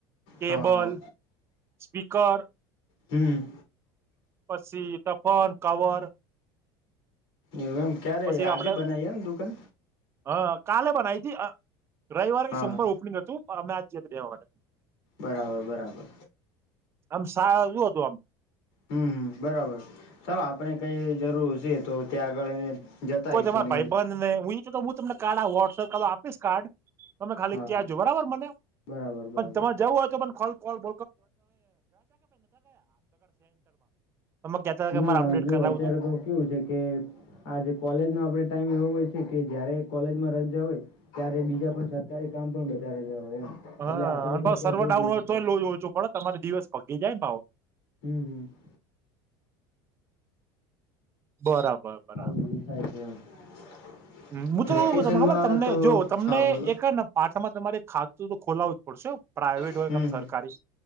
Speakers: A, on the right; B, on the left.
A: કેબલ
B: હા હા
A: સ્પીકર
B: હમ.
A: પછી તફાન કવર
B: એવ એમ ક્યારે
A: પછી
B: આજે
A: આપડે
B: બનાવીએ એમ દુકાન
A: હ કાલે બનાતી રવિવાર કે
B: હા
A: સોમવાર ઓપનિંગ હતું જ <unintelligible>
B: બરાબર બરાબર
A: આમ સા જો હતું આમ
B: હમ્મ હમ બરાબર ચાલો આપણે કઈ જરૂર હશે ત્યાં આગળ જતાઈશું
A: કોઈ તમાર
B: ને
A: ભાઈ બંધ નહીને હું ઈ તો હું તમને વોટ્સપ કોતો આપીશ કાર્ડ તમે ખાલી
B: હા
A: ક્યાં
B: હા
A: જો બરાબર મને
B: બરાબર બરાબર
A: તમારે જવું હોય તો પણને કોલ <inaudible> તમે કેતા
B: ના
A: મારે અપડેટ
B: જો
A: કરાવતુ
B: અત્યારે તો કેવું છે, કે આ જે કોલેજનો આપે ટાઈમ એવો હોય છે, કે જયારે કોલેજમાં રજા હોય ત્યારે બીજા પણ સરકારી કામ પણ વધારે ગયા હોય એમ
A: હા
B: એટલે આપડે
A: અને
B: તો
A: ભાવ
B: ક્યાં
A: સર્વર
B: જઈ
A: ડાઉન
B: જ નથી
A: હોય
B: શક
A: તોય લો ઓછો પડે તમારે દિવસ ભગી જાય ને ભાવ
B: હમ્મ હમ્મ.
A: બરાબર. બરાબર
B: <inaudible>
A: હું તો
B: વેકેશનમાં
A: એવું કઉ તને ખબર તમને
B: તો
A: જો તમને
B: હા બોલો
A: એક ન પાઠમાં તમારે ખાતું તો ખોલાવું જ પડશે પ્રાાઈવેટ
B: હમ
A: હોય કે સરકારી
B: હમ